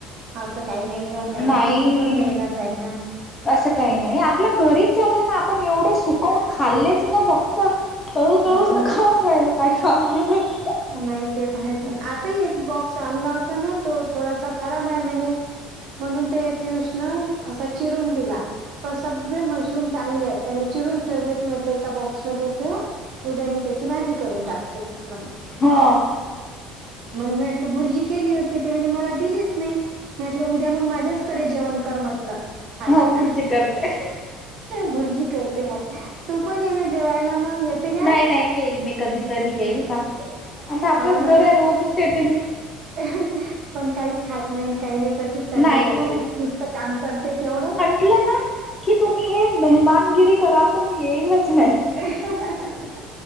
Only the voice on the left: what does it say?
नाही
असं काही नाही आपल्या घरीच चाललं ना, आपण एवढे सुकवून खाल्लेच ना फक्त. तळु तळु
स
तका खाऊन राहिलो <unintelligible>
हा
हा भुर्जी करते
नाही नाही येईल मी कधीतरी येईल टाकून आता आपलंच
घर आहे रोजच येते मी.
नाही
मग
म्हटलं ना की तुम्ही हे मेहमानगिरी कराल तर मी येईलच नाही.